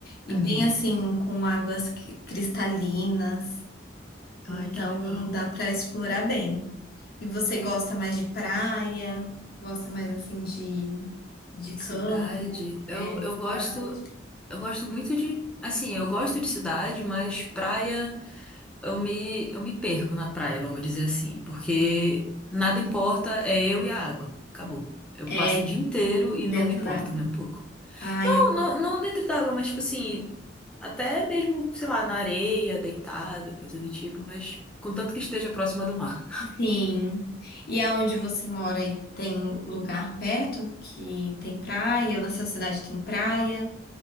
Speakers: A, on the left; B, in the centre.
A: e
B: Uhum.
A: bem assim, com águas cri- cristalinas. Então
B: Ai, que legal.
A: dá para explorar bem. E você gosta mais de praia? Gosta mais assim de, de
B: Cidade.
A: campo?
B: Eu,
A: É,
B: eu
A: cidade?
B: gosto eu gosto muito de assim, eu gosto de cidade, mas praia eu me eu me perco na praia, vamos dizer assim, porque nada importa, é eu e a água. Acabou. Eu
A: é
B: passo o dia inteiro e
A: dentro
B: não me importo
A: da água.
B: nem um pouco.
A: Ai,
B: Não,
A: é-
B: não, não dentro d'água, mas tipo assim, até mesmo, sei lá, na areia, deitada, coisa do tipo, mas contanto que esteja próxima do mar.
A: sim. E aonde você mora aí tem lugar perto que tem praia? Ou na sua cidade tem praia?